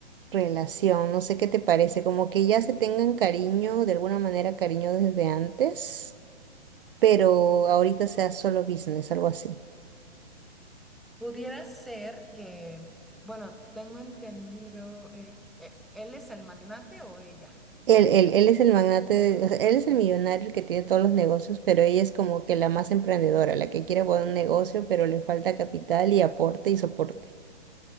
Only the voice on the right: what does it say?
relación. No sé qué te parece, como que ya se tengan cariño, de alguna manera cariño desde antes, pero ahorita sea solo business, algo así.
Él, él, él es el magnate, de- o sea, él es el millonario el que tiene todos los negocios, pero ella es como que la más emprendedora, la que quiere poner un negocio, pero le falta capital y aporte y soporte.